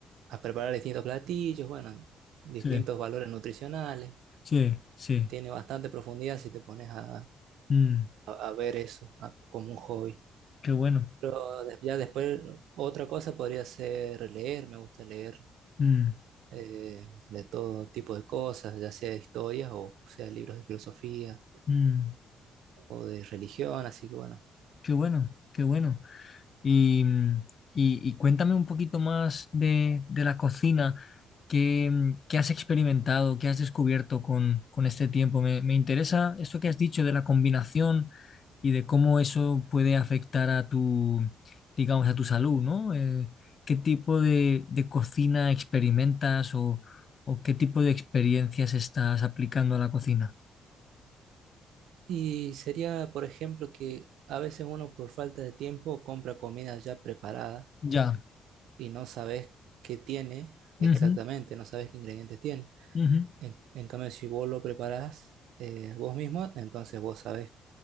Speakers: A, on the right; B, on the left.
A: a preparar distintos platillos, bueno, distintos
B: sí,
A: valores nutricionales.
B: sí, sí.
A: Tiene bastante profundidad si te pones a,
B: Mm,
A: a- a ver eso a- como un hobby.
B: qué bueno.
A: Pero des- ya después, otra cosa podría ser leer, me gusta leer
B: Mm,
A: eh, de todo tipo de cosas, ya sea historias o sea libros de filosofía
B: mm,
A: o de religión, así que bueno.
B: qué bueno, qué bueno. Y, mm, y- y cuéntame un poquito más de, de la cocina. ¿Qué, mm, qué has experimentado? ¿Qué has descubierto con, con este tiempo? Me, me interesa esto que has dicho de la combinación y de cómo eso puede afectar a tu, digamos, a tu salud, ¿no? Eh, ¿qué tipo de, de cocina experimentas o, o qué tipo de experiencias estás aplicando a la cocina?
A: Y sería, por ejemplo, que a veces uno por falta de tiempo compra comida ya preparada
B: Ya.
A: y no sabes qué tiene exactamente,
B: Ujú,
A: no sabes qué ingredientes tiene.
B: ujú.
A: En, en cambio, si vos lo preparás eh, vos mismo, entonces vos sabes